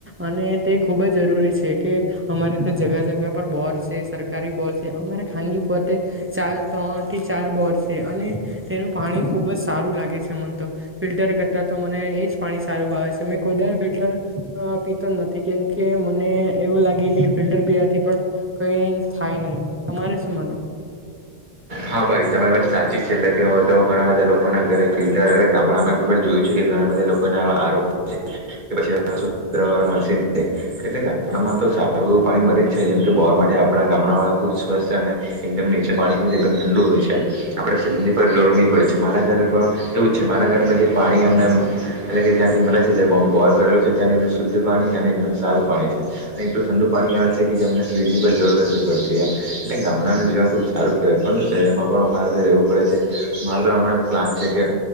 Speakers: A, on the right; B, on the right.
A: અને તે ખૂબ જ. જરૂરી છે કે અમારે તો જગા જગા પર બોસ છે સરકારી બોસ છે અમારે ખાનગી પતે ચાર ત્રણ થી ચાર બર છે અને તેનું પાણી ખુબ જ સારું લાગે છે મમને તો ફિલ્ટર કરતાં તો મને એ જ પાણી સારું ભાવે છે મેં કોઈદ ફિલ્ટર પીતો જ નથી કેમ કે મને એવું લાગે કે ફિલ્ટર બી આથી પણ કઈ થાય નહીિ તમારે શું માર
B: હા ભાઈ તમે વાર સાચી છે એટલે કે હોય તો ઘણા બધા લોકો ના ઘરે ફિલ્ટર ગામડામાં જોયું છે. ઘણા બધા લોકોને આવા આરોપ પછીળ મશીન એટ ગામડામાં તો સારું પાણી મરી જ છે જેમ કે માટે આપણા ગામડાળા ખુબ સ્વસ્થ અને એકદમ નીચે પાણી હોય. ઠંડુ હોય છે આપણે ફ્રીજની પર જોર નહીં પડે છે મારા ઘર પર એવું જ છે મારા ઘર પર જે પાણી અમને એટલે કે જ્યાંથી મળે છે જે બોબ બોલ કરેલો છે ત્યાં શુદ્ધ પાણી અને એકદમ સારું પાણી છે. ઠંડ પાણી આવે છે કે જેમને સ્વીજ ની પણ જરૂર નથી પડતી એમટલે ગામડાનું જીવન ખુબ સારું કહેવાય છે. પણ શહેરમાં પણ મામારે જે્યા રહેવું પડે છે મારે તો હમણાં પ્લાન છે કે